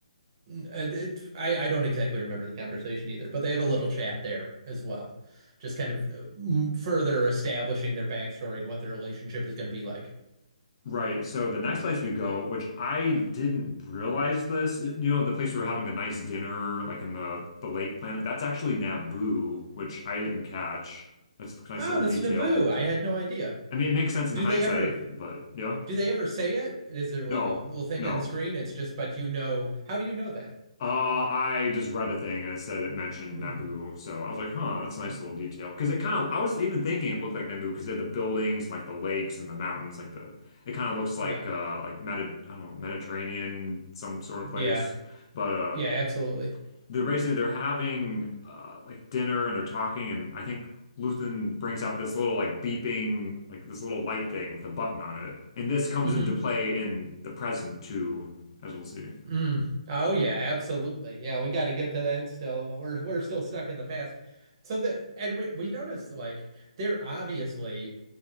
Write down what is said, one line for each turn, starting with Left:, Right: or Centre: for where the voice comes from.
Right: uh, it, I I don't exactly remember the conversation either but they have a little chat there as well just kind of uh, further establishing their backstory and what their relationship is going to be like
Left: right. So the next place we go, which I didn't realize this, you know, the place we were having the nice dinner, like in the the lake planet, that's actually Naboo, which I didn't catch. That's a nice
Right: oh
Left: little
Right: that's
Left: detail.
Right: Naboo I had no idea
Left: I mean, it makes sense in
Right: do
Left: hindsight,
Right: they ever
Left: but yeah.
Right: do they ever say it is there
Left: No,
Right: like a little thing
Left: no.
Right: on the screen it's just but you know how do you know that
Left: Uh, I just read a thing and it said it mentioned
Right: Hmm.
Left: Naboo, so I was like, huh, that's a nice
Right: uh,
Left: little detail. Because it kind of, I was even thinking it looked like Naboo because they had the buildings, like the lakes and the mountains, like the, it kind of looks like
Right: no
Left: uh, like Medi I don't know, Mediterranean some sort of
Right: yeah
Left: place. But uh,
Right: Yeah, absolutely.
Left: they're basically they're having uh, like dinner and they're talking, and I think Luthen brings out this little like beeping like this little light thing with a button on it, and this comes
Right: Mm-hmm.
Left: into play in the present too, as we'll see.
Right: Mm. Oh yeah, absolutely. Yeah, we got to get to that still, but we're we're still stuck in the past. So the and we we notice like they're obviously